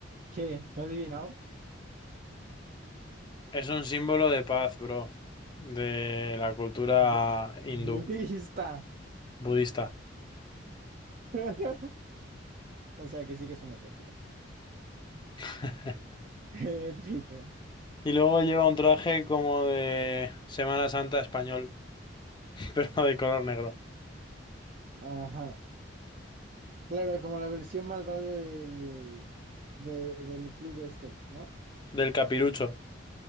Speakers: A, on the right; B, on the left.
A: ¿qué? ¿Lo adivinamos?
B: es un símbolo de paz, bro, de la cultura
A: de-
B: hindú,
A: budista.
B: budista.
A: <laughs> O sea que sí que es una esvástica.
B: <laughs>
A: <laughs> Épico.
B: Y luego lleva un traje como de Semana Santa español, <laughs> pero de color negro,
A: Ajá. Claro, como la versión malvada del, de- del club este, ¿no?
B: del capirucho.